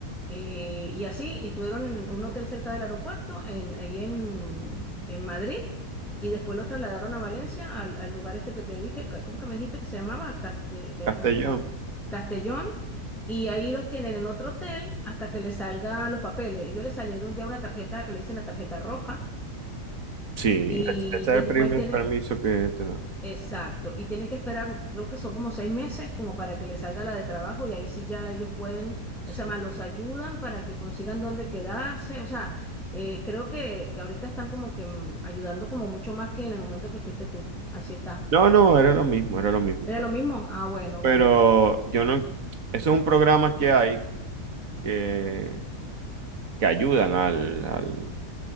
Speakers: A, in the centre; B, on the right (about 55°).
A: eh, y así estuvieron en un hotel cerca del aeropuerto, en, ahí en, en Madrid, y después los trasladaron a Valencia, al, al lugar este que te dije, que- ¿cómo que me dijiste que se llamaba? Caste- que,
B: Castellón.
A: ah, Castellón. Y ahí los tienen en otro hotel hasta que les salgan los papeles. Ellos les salieron ya una tarjeta que le dicen la tarjeta roja.
B: Sí,
A: Y
B: ese es el
A: después
B: primer
A: tienen,
B: permiso que te dan.
A: Exacto, y tienen que esperar, creo que son como seis meses, como para que les salga la de trabajo y ahí sí ya ellos pueden,
B: Sí.
A: o sea, más los ayudan para que consigan dónde quedarse, o sea, eh, creo que, que ahorita están como que mm, ayudando como mucho más que en el momento que fuiste tú, así está.
B: No, no, era lo mismo, era lo mismo.
A: ¿Era lo mismo? Ah, bueno,
B: Pero
A: bueno.
B: yo no, eso es un programa que hay que, que ayudan al, al-